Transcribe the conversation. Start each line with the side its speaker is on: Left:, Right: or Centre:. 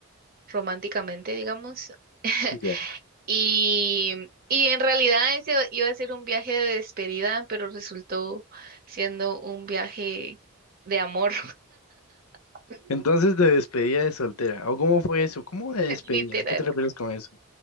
Right: románticamente, digamos. <laughs>
Left: Ya.
Right: Y, y en realidad ese iba a ser un viaje de despedida, pero resultó siendo un viaje de amor. <laughs>
Left: Entonces, de despedida de soltera. ¿O cómo fue eso? ¿Cómo de despedida?
Right: Literal.
Left: ¿A qué te refieres con eso?